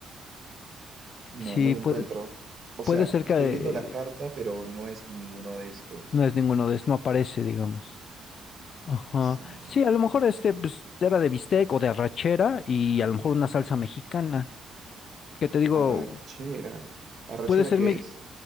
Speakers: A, on the right; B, on the left.
A: No,
B: Sí,
A: no la encuentro.
B: puede,
A: O sea,
B: puede ser
A: estoy
B: que eh,
A: viendo la carta, pero no es ninguno de estos.
B: no es ninguno de esos, no aparece, digamos. Ajá.
A: Sí.
B: Sí, a lo mejor este pues, era de bistec o de arrachera y a lo mejor una salsa mexicana. Que te digo,
A: Arrachera. ¿Arrachera
B: puede ser
A: qué
B: me
A: es?